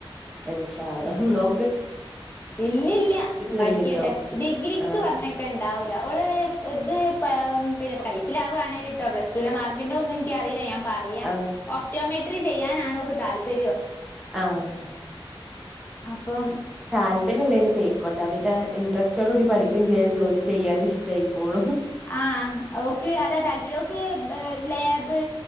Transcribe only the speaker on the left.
ഇല്ലില്ല്യ പഠിക്കട്ടെ
ഡിഗ്രിക്ക്
പറഞ്ഞേ ക്കെണ്ടാവൂല്ല ഓള് ഇത് പ പിന്നെ പൈസലാവേണെലുട്ടൊ പ്ലസ് ടു ലെ മാർക്കിൻ്റെ ഒന്നും എനിക്കറീല്ല ഞാൻ പറയാ
ഓപ്റ്റോമെട്രി ചെയ്യാനാണോക്ക് താല്പര്യോ
അപ്പം
ആഹ് ഓക്ക് അതാ താല്പര്യം ഓക്ക് ലേബ്